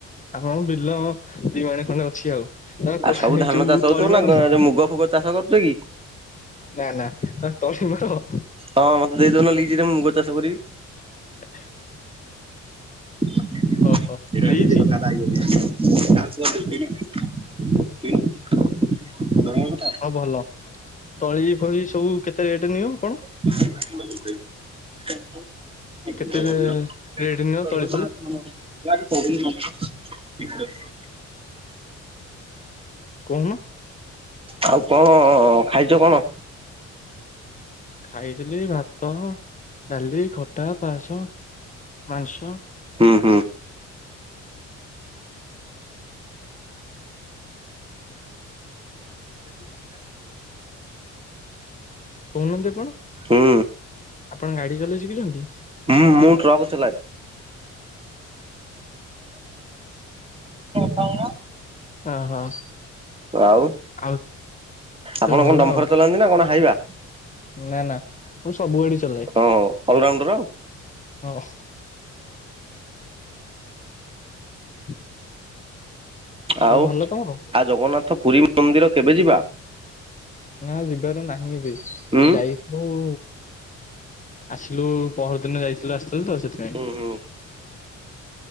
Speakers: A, on the left; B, on the right.
A: ଆମ ବିଲ ଦିମାଣେ ଖଣ୍ଡେ ଅଛି ଆଉ। ତମେ
B: ଆଉ
A: କ
B: ସବୁ
A: ଏଇ
B: ଧାନ
A: ଯଉ
B: ଚାଷ ହଉଥିବ
A: ତଳି ମାରନା?
B: ନା ଯୋଉ ମୁଗ ଫୁଗ ଚାଷ କରୁଛ କି?
A: ନାଁ ନାଁ। ତମେ ତଳି ମାର?
B: ହଁ ମତେ ଦେଇଦଉନ ଲିଜ୍ ରେ ମୁଁ ମୁଗ ଚାଷ କରିବି।
A: <unintelligible>
B: କିଣା
A: ଓହୋ
B: କିଣି
A: ଲିଜ୍
B: କଥା <unintelligible> <unintelligible>
A: ଆଉ ଭଲ। ତଳି ଫଳି ସବୁ କେତେ ରେଟେ ନିିଅ କଣ?
B: <unintelligible> ଡବଲ
A: କେତେ
B: ଯିରୋ
A: ରେଟ୍ ନିଅ ତଳି
B: <unintelligible>
A: ଫଳି
B: <unintelligible>
A: କହୁନ?
B: ଆଉ କଣ ଖାଇଚ କଣ?
A: ଖାଇଥିଲି ଭାତ, ଡାଲି, ଖଟା, ପାସ, ମାଂସ।
B: ହୁଁ ହୁଁ।
A: <unintelligible> କହୁନାହାନ୍ତି ଆପଣ।
B: ହୁଁ
A: ଆପଣ ଗାଡି ଚଲେଇ ଶିଖିଛନ୍ତି?
B: ହୁଁ ମୁଁ ଟ୍ରକ୍ ଚଲାଏ। <unintelligible>
A: ଓହୋ
B: ଆଉ
A: ଆଉ
B: ଆପଣ
A: ତ ଭଲ
B: କଣ ଡମ୍ଫର
A: ଆଉ
B: ଚଲାନ୍ତି? ନା କଣ ହାଇୱା?
A: ନା ନା ମୁଁ ସବୁ ଗାଡି ଚଲା
B: ହଁ ଅଲରାଉଣ୍ଡର।
A: ହଁ। <unintelligible> ସବୁ
B: ଆଉ
A: ଭଲ ତମର?
B: ଆ ଜଗନ୍ନାଥ ପୁରୀ ମନ୍ଦିର କେବେ ଯିବା?
A: ନା ଯିବାର ନାହିଁ ଏବେ
B: ଉଁ
A: ଯାଇ ଯୋଉ ଆସିଲୁ ପହର ଦିନ ଯାଇଥିଲୁ ଆସିଥିଲୁ ତ ସେଥିପାଇଁ
B: ହୁଁ ହୁଁ।